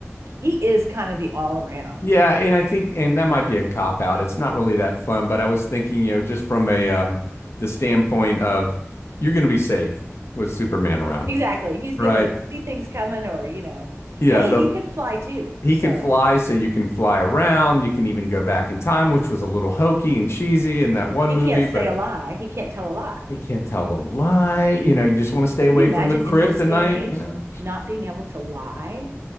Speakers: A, on the right (about 65°); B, on the left (about 60°).
A: he is kind of the all around.
B: yeah, and I think and that might be a cop out. It's not really that fun, but I was thinking, you know, just from a um the standpoint of you're going to be safe with Superman around,
A: Exactly. He's gonna
B: right?
A: see things coming or, you know,
B: Yeah,
A: hey,
B: the
A: he can fly too.
B: he
A: So
B: can fly so you can fly around. You can even go back in time, which was a little hokey and cheesy in that one
A: he
B: movie,
A: can't say a lie. He can't tell a lie.
B: He can't tell a lie. You know, you just want to stay away
A: Can you imagine
B: from the kryptonite,
A: in this day and age
B: you know.
A: not being able to lie?